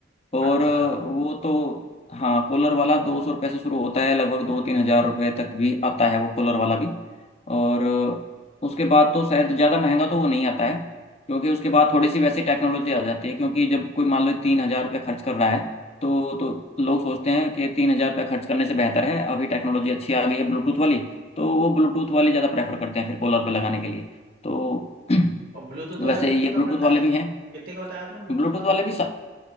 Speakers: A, on the left; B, on the right.
A: और
B: अच्छा
A: अ, वो तो हाँ कॉलर वाला दो सौ रुपये से शुरू होता है लगभग दो तीन हजार रुपये तक भी आता है वो कॉलर वाला भी और अ, उसके बाद तो शायद ज़्यादा महंगा तो वो नहीं आता है क्योंकि उसके बाद थोड़ी सी वैसी टेक्नोलॉजी आ जाती है क्योंकि जब कोई मान लो तीन हजार रुपये खर्च कर रहा है तो तो लोग सोचते हैं कि तीन हजार रुपये खर्च करने से बेहतर है अभी टेक्नोलॉजी अच्छी आ गई है ब्लूटूथ वाली तो वो ब्लूटूथ वाली ज़्यादा प्रेफर करते हैं फिर कॉलर पर लगाने के लिए तो <clears throat>
B: और ब्लूटूथ वाला
A: वैसे
B: कितने
A: ये
B: का
A: ब्लूटूथ
B: पड़ता
A: वाले
B: है
A: भी हैं
B: कितने का बताया आपने ब्लूटूथ
A: ब्लूटूथ
B: वाला
A: वाले भी